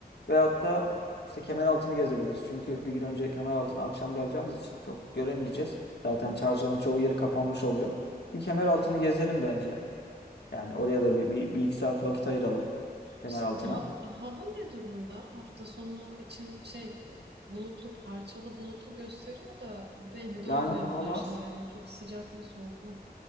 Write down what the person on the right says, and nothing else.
Hı.
Hmm.
Şimdi ha- hava ne durumda? Hafta sonu için şey bulutlu parçalı bulutlu gösteriyor da belli de
olmuyor
bunlar şimdi. Hani çok sıcak mı soğuk mu?